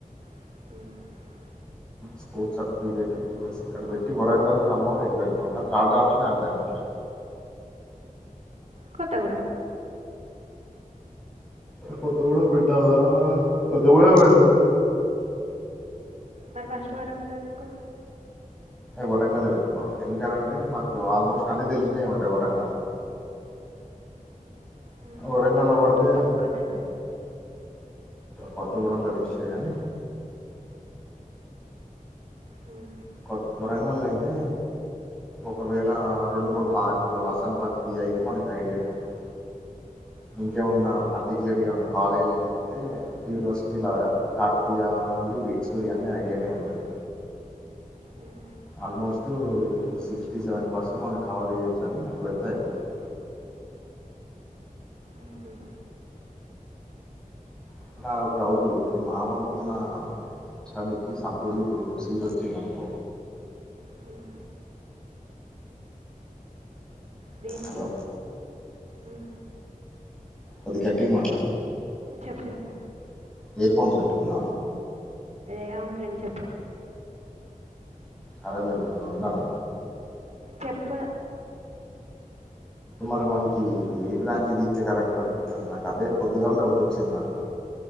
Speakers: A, on the right (about 50°); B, in the centre.
A: <inaudible>
B: స్పోర్ట్స్ సర్టిఫికెట్ ప్లస్ ఇక్కడ పెట్టి వరంగల్ కమ్మం అటు పెడతాం కానీ థర్డ్ ఆప్షన్ అర్ధం కావట్లే
A: కొత్తగూడెం
B: కొత్తగూడెం పెట్టాలా కొత్తగూడెం వద్దు
A: మరి ఫస్ట్ వరంగల్ ఎందుకు
B: వరంగల్ లే పెట్టుకోవాల్ల ఎందుకని అంటే మాకు ఆల్మోస్ట్ అన్ని తెలిసినవే ఉంటాయి వరంగల్ లో
A: మ్మ్.
B: వరంగల్
A: కొత్తగూడెం
B: ల్లోపడితే
A: కూడా పక్కనే కదా
B: కొత్తగూడెం లొ వేస్ట్ లే కాని
A: మ్మ్
B: కొత్ వరంగల్లో వద్దు ఒకవేళ రెండు మూడు సాట్లు అసనపర్తి అయితే మనకి ఐడియానే ఉంది దింట్లొ ఉన్నా
A: మ్మ్.
B: పర్టిక్యులర్గా ఏమన్న కాలేజీలు చూత్తే యూనివర్సిటీల కాకతీయ ఉంది బిట్స్ అన్నీ ఐడియానే ఉన్నాయి
A: మ్మ్.
B: ఆల్మోస్ట్ సిక్స్టీ సెవెంటీ పర్సెంట్ మనం కవర్ చేయొచ్చు అని నాకు పెడతే అయిపోతాది
A: మ్మ్.
B: ఇప్పుడ ఒక డౌట్ ఇప్పుడు మావి అనుకున్న క <unintelligible> లికి సపోజ్ ఇప్పుడు సీట్ వచ్చింది అనుకో
A: హ్మ్ దేనికి
B: హలో!
A: ఉ
B: కొద్ది గట్టిగా మాట్లాడు
A: చెప్పు చెప్పు
B: ఇయర్ ఫోన్స్ పెట్టుకున్నవ?
A: యేం లేదు చెప్పు.
B: సరేలే మరి. ఉండనా?
A: చెప్పు
B: మరి వానికి ఏ బ్రాంచ్ దీత్తె కరెక్ట్ అనిపిత్తాన్ది? నాకు అదే పొద్దుగాల డౌట్ వచ్చింది నాకు